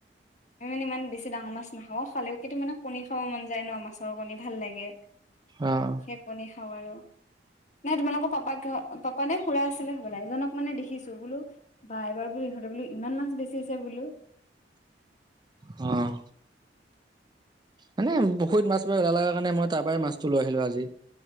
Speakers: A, on the left; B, on the right.
A: আমি মানে ইমান বেছি ডাঙৰ মাছ নাওঁ খালেও কিন্তু মানে কণী খাব মন যায় ন মাছৰ কণী ভাল লাগে।
B: অ
A: নে কণী, খাওঁ আৰু- নাই তোমালোকৰ পাপাক ঘৰ পাপা নে খুৰা আছিলে বোলে এজনক মানে দেখিছো বোলো। বা এবাৰ বো ইহঁতে বোলো ইমান মাছ, বেচিছে বোলো
B: অঁ মানে পুখুৰীত মাছ লগাৰ কাৰণে মই তাৰ পৰাই মাছটো লৈ আহছিলো আজি।